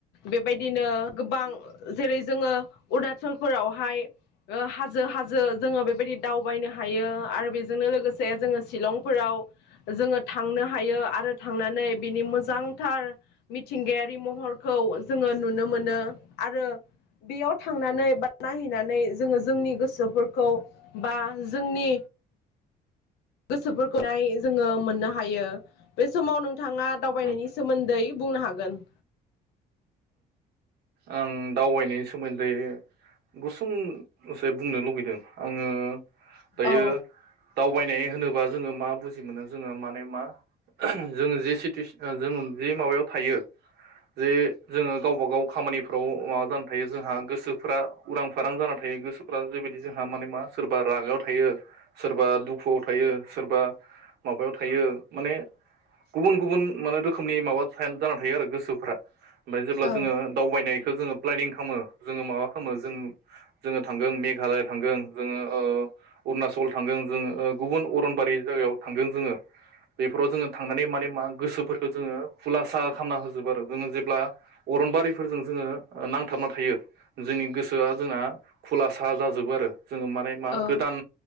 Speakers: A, on the left; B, on the right.
A: बेबायदिनो गोबां जेरै जोङो अरुणाचलफोरावहाय हाजो हाजो जोङो बे बेबायदि दावबायनो हायो आरो बेजोंनो लोगोसे जोङो शिलंफोराव जोङो थांनो हायो आरो थांनानै बिनि मोजांथार मिथिंगायारि महरखौ जोङो नुनो मोनो आरो बेयाव थांनानै बा नायहैनानै जोङो जोंनि गोसोफोरखौ बा जोंनि गोसोफोरखौहाय जोङो मोननो हायो बे समाव नों नोंथाङा दावबायनायनि
B: उम
A: सोमोन्दै बुंनो हागोन।
B: आं दावबायनायनि सोमोन्दै गुसुंसे बुंनो लुबैदों आङो। दायो।
A: औ
B: दावबायनाय होनोबा जोङो मा बुजि मोनो जोङो माने मा जोङो जे सिटुेसन जों जे माबायाव थायो जे जोङो गावबा गाव खामानिफ्राव माबा जानानै थायो जोंहा गोसोफ्रा उरां फारां जानानै थायो गोसोफ्रा जेबायदि जोंहा माने मा सोरबा रागायाव थायो, सोरबा दुखुआव थायो, सोरबा माबायाव थायो माने गुबुन गुबुन माने रोखोमनि माबा जाना थायो आरो गोसोफ्रा। ओमफ्राय जेब्ला
A: औ
B: जोङो दावबायनाय जोंङो प्लेनिं खामो जोंङो माबा खामो जों थांगोन मेघाल थ ज अणच जोङो गुबुन अरनबारि जायगायाव। थांदों जोङो बेफोराव जोङो थांनानै माने मा गोसोफोरखौ जोङो खुलासा खालामना होजोबो आरो जोङो जेब्ला। अरनबारिफोरजों जोङो नांथाबना थायो जोंनि गोसोआ जोंना खुलासा जाजोबो आरो। जोङो माने मा
A: औ
B: गोदान।